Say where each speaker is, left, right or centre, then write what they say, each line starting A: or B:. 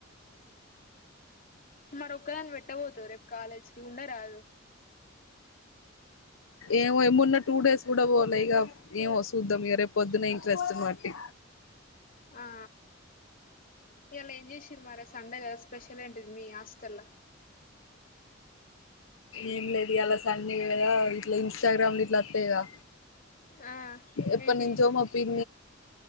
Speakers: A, on the left; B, on the left.
A: మర ఒక్కదాన్ని పెట్టబోతవు రేపు కాలేజ్కిి ఉండరాదు
B: ఏమో మొన్న టూ డేస్ కూడా పోవాలి ఇక ఏం వస్తుూద్దాం ఇక రేపు పొద్దున ఇంట్రెస్ట్ మట్టి
A: ఆ ఇలా ఏం చేసిర మే సండేగా స్పెషల్ంటి ది మీ ఆస్ తెల
B: ఏం లేదు ఇలా సండే కదా ఇట్లా ఇంస్టాగ్రామ్లు ఇట్లా అత్తాయిదా
A: ఆ
B: ఎప్ప
A: ఏంటి
B: నించో మా ప